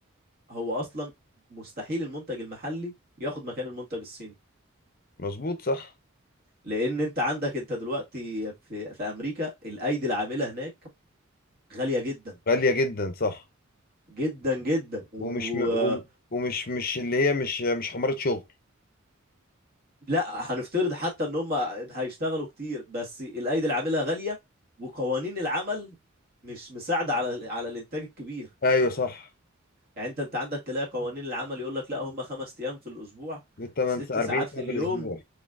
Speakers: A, on the right; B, on the left.
A: هو اصلا مستحيل المنتج المحلي ياخد مكان المنتج الصيني
B: مظبوط صح
A: لان انت عندك انت دلوقتي في في امريكا الايدي العامله هناك غاليه جدا
B: غالية جدا صح
A: جدا جدا و...
B: ومش م... وم- ومش مش اللي هي مش مش حمارة شغل
A: لا هنفترض حتى ان هم هيشتغلوا كتير بس الايدي العامله غاليه وقوانين العمل مش مساعده على على الانتاج الكبير
B: ايوه صح
A: يعني انت انت عندك تلاقي قوانين العمل يقول لك لا هم خمس ايام في الاسبوع
B: دي 8
A: ست
B: ساعة
A: ساعات
B: 40
A: في
B: ساعة
A: اليوم
B: في الاسبوع